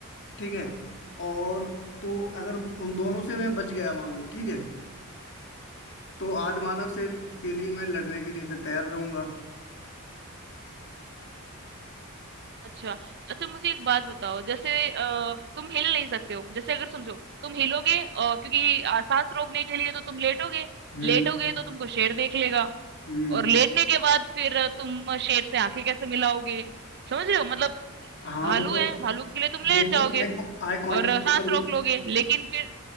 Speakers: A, on the left; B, on the right.
A: ठीक है और तो अगर उन दोनों से मैं बच गया मान लो ठीक है तो आदि मानव से के लिए मैं लड़ने के लिए फिर तैयार रहूंगा
B: अच्छा, अच्छा मुझे एक बात बताओ जैसे अ, तुम हिल नहीं सकते हो जैसे अगर समझो तुम हिलोगे अ, क्योंकि अ, सांस रोकने के लिए तो तुम लेटोगे
A: हम्म
B: लेटोगे तो तुमको शेर देख लेगा
A: हम्म
B: और लेटने के बाद फिर अ, तुम शेर से आंखें कैसे मिलाओगे समझ रहे हो मतलब
A: हाँ
B: भालू
A: रुको
B: है भालू के लिए तुम लेट
A: देखिए
B: जाओगे
A: आई कांटेक्ट
B: और अ,
A: तो
B: सांस
A: कभी
B: रोक लोगे लेकिन फिर